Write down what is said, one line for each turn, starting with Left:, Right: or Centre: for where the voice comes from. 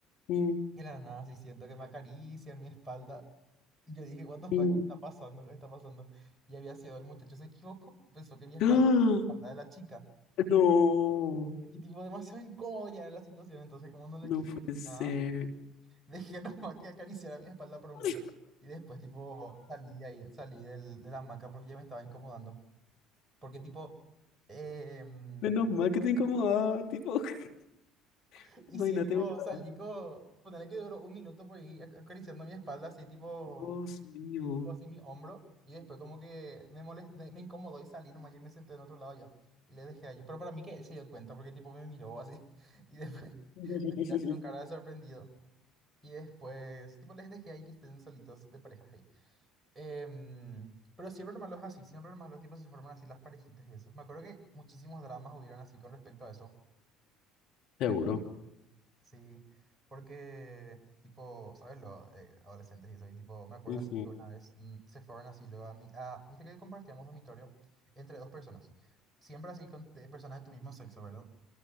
Left: Mm,
Right: Y de la nada así siento que me acarician mi espalda. Y yo dije, what the fuck,
Left: mm.
Right: ¿qué está pasando? ¿Qué está pasando? Y había sido el muchacho se equivocó y pensó que mi espalda,
Left: ¡Ah!
Right: la espalda de la chica.
Left: No,
Right: Y tipo, demasiado incómodo ya era la situación, entonces como no le
Left: no
Right: quise
Left: puede
Right: nada,
Left: ser.
Right: <laughs> dejé nomás que acariciara mi espalda por un
Left: <laughs>
Right: rato. Y después tipo salí de ahí, salí del- de la hamaca porque ya me estaba incomodando. Porque tipo, em,
Left: Menos mal que te incomodaba, tipo, <laughs>
Right: <laughs> y
Left: imagínate,
Right: sí, tipo,
Left: gustaba.
Right: salí con, ponele que duró un minuto por ahí ac- acariciando mi espalda, así tipo,
Left: Dios mío.
Right: así mi hombro. Y después como que me molest- me me incomodó y salí nomás y me senté en otro lado yo. Y le dejé allí. Pero para mí que él se dio cuenta porque tipo me miró así. <laughs> Y después,
Left: <laughs>
Right: así con cara de sorprendido. Y después, tipo, les dejé ahí que estén solitos de parejas ahí. Em, pero siempre eran malos así, siempre eran malos, tipo, se forman así las parejitas y eso. Me acuerdo que muchísimos dramas hubieron así con respecto a eso.
Left: Seguro.
Right: Sí, porque, tipo, ¿sabes? Los adolescentes y eso. Y, tipo, me acuerdo
Left: Ujú.
Right: así que una vez mm, se fueron así luego a mi... A, Viste que compartíamos dormitorio entre dos personas. Siempre así con de personas de tu mismo sexo, ¿verdad?